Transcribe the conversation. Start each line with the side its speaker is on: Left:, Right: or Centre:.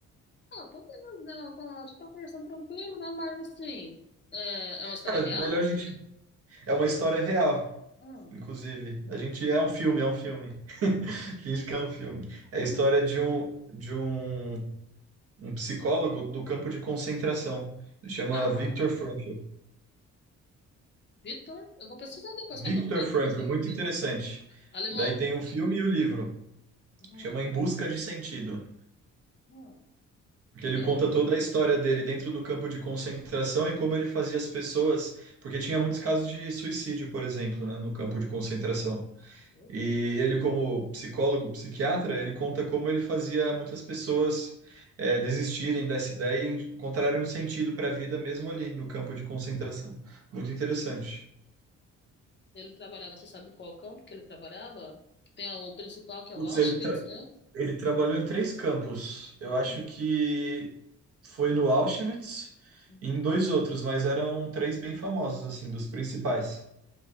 Left: ah, por que não, pode. Tá conversando tranquilo, né? Mas assim, é, é uma história
Right: Cara,
Left: real?
Right: melhor a gente. É uma história real,
Left: Hum,
Right: inclusive. A gente é um filme, é um filme. <laughs> Finge que é um filme. É
Left: uhum,
Right: a história de um de um um psicólogo do campo de concentração. Ele chama
Left: Ah,
Right: Viktor Frankl.
Left: Vitor, eu vou pesquisar depois
Right: Viktor
Left: qual que é o nome
Right: Frankl,
Left: dele.
Right: muito interessante.
Left: Alemão.
Right: Daí tem um filme e o livro,
Left: uhum,
Right: chama Em Busca de Sentido,
Left: uhum.
Right: porque
Left: Ele,
Right: ele
Left: é-
Right: conta toda a história dele dentro do campo de concentração e como ele fazia as pessoas, porque tinha muitos casos de suicídio, por exemplo, né, no campo de concentração.
Left: Meu
Right: E
Left: Deus.
Right: ele, como psicólogo, psiquiatra, ele conta como ele fazia muitas pessoas eh, desistirem dessa ideia e encontrarem um sentido para a vida mesmo ali no campo de concentração. Muito interessante.
Left: ele trabalhava, você sabe qual campo que ele trabalhava? Tem o principal, que é
Right: Putz,
Left: o Auschwitz,
Right: ele, tra-
Left: né?
Right: ele trabalhou em três campos. Eu acho
Left: Hum,
Right: que foi no Auschwitz
Left: uhum.
Right: e em dois outros, mas eram três bem famosos, assim, dos principais.